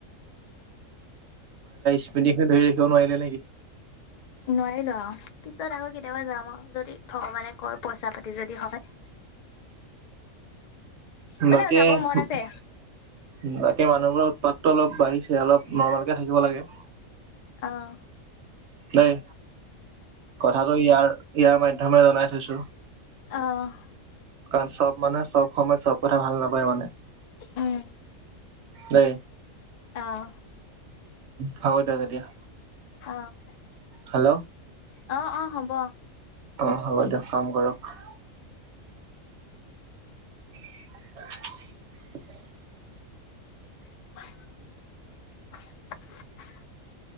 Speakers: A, on the right; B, on the left.
A: স্মৃতিটো ধৰি ৰাখিব নোৱাৰিলে নে কি?
B: নোৱাৰিলো আৰু, পিছত আকৌ কেতিয়াবা যাম আৰু, যদি ভগৱানে কয় পইচা-পাতি যদি হয়। মানে
A: বাকী,
B: যাব মন
A: বাক
B: আছে?
A: এই মানুহবোৰৰ উৎপাতটো অলপ বাঢ়িছে অলপ নৰ্মালকে থাকিব লাগে।
B: আহ।
A: নাই। কথাটো ইয়াৰ, ইয়াৰ মান <unintelligible> জনাই থৈছো।
B: অ'।
A: কাৰণ চব মানুহে চব সময়ত চব কথা ভাল নাপায় মানে।
B: উম,
A: দে
B: আহ।
A: হ'ব দিয়ক এতিয়া।
B: অ',
A: হেল্ল'।
B: অ' অ', হ'ব।
A: অ' হ'ব দিয়ক, কাম কৰক। <inaudible>
B: <inaudible>